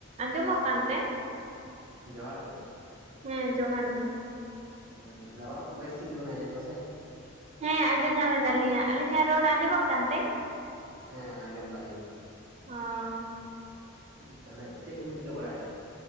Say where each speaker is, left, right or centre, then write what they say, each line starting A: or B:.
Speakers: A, on the right; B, on the right.
A: ᱟᱸᱡᱚᱢᱚᱜ ᱠᱟᱱᱛᱮ?
B: ᱡᱚᱦᱟᱨ ᱜᱮ᱾
A: ᱦᱮᱸ ᱡᱚᱦᱟᱨ ᱜᱮ᱾
B: ᱮᱸ ᱨᱚᱲ ᱠᱚ ᱵᱮᱥ ᱴᱷᱤᱠ ᱜᱮᱵᱤᱱ ᱟᱸᱡᱚᱢᱫᱟ ᱥᱮ?
A: ᱦᱮᱸ ᱟᱸᱡᱚᱢ ᱧᱟᱢ ᱮᱫᱟᱞᱤᱧ, ᱟᱞᱤᱧᱟᱜ ᱨᱚᱲ ᱟᱸᱡᱚᱢᱚᱜ ᱠᱟᱱᱛᱮ?
B: ᱦᱮᱸ ᱟᱸᱡᱚᱢ ᱫᱟᱞᱤᱧ᱾
A: ᱚᱸ
B: ᱦᱩᱸ ᱛᱟᱞᱦᱮ ᱪᱮᱜ ᱠᱚᱵᱤᱱ ᱪᱤᱠᱟᱹ ᱵᱟᱲᱟᱭᱫᱟ?